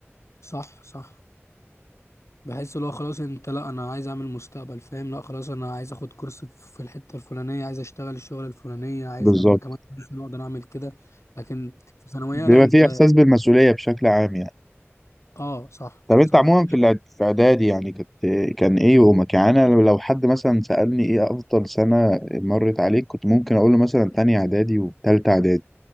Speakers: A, on the left; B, in the centre.
A: صح صح بحس اللي هو خلاص انت لا انا عايز اعمل مستقبل فاهم لا خلاص انا عايز اخد كورس في الحته الفلانيه عايز اشتغل الشغل الفلانيه عايز
B: بالظبط
A: لما كمان سنه اقدر اعمل كده لكن في ثانويه
B: بيبقى
A: لا انت
B: في إحساس بالمسؤولية بشكل عام يعني
A: اه صح
B: طب أنت
A: صح
B: عموما في الإعد- في إعدادي يعني كنت كان إيه يومك يعني أنا لو لو حد مثلا سألني إيه أفضل سنة مرت عليك كنت ممكن أقول له مثلا تانية إعدادي وتالتة إعدادي